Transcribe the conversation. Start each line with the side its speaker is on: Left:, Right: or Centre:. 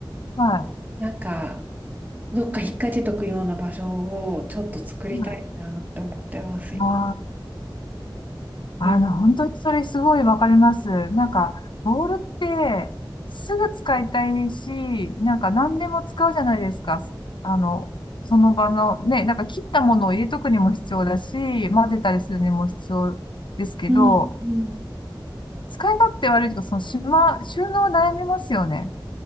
Left: は
Right: なんか、どっか引っ掛けとくような場所をちょっと作りたいなって思ってます、
Left: い。はい、
Right: 今。
Left: ああ、
Right: うん。
Left: あの、本当にそれすごいわかります。なんか、ボールってすぐ使いたいし、なんか何でも使うじゃないですか。あの、その場のね、なんか切ったものを入れとくにも必要だし、混ぜたりするにも必要ですけど、
Right: うん。うん
Left: 使い勝手悪いとか、そのしま、収納悩みますよね。